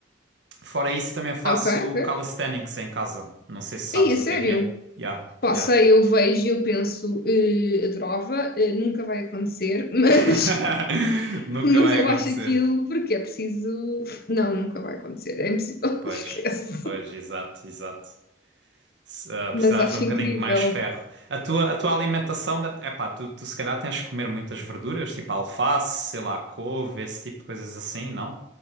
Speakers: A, on the right (about 70°); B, on the left (about 55°).
A: Fora isso também faço
B: Ok, ok.
A: calisthenics em casa. Não sei se sabes
B: Aí, é sério.
A: o que é que é. Já,
B: Pá,
A: já.
B: sei, eu vejo e eu penso, eh, adorava, eh, nunca vai acontecer, mas,
A: <laughs>
B: <laughs>
A: Nunca
B: mas
A: vai
B: eu
A: acontecer.
B: acho aquilo porque é preciso. Não, nunca vai acontecer, é impossível,
A: Pois,
B: <laughs> esquece.
A: pois, exato, exato. se ah, precisares
B: Mas acho
A: de um bocadinho
B: incrível.
A: de mais ferro. A tua, a tua alimentação, é epá, tu, tu se calhar tens que comer muitas verduras, tipo alface, sei lá, couve, esse tipo de coisas assim, não?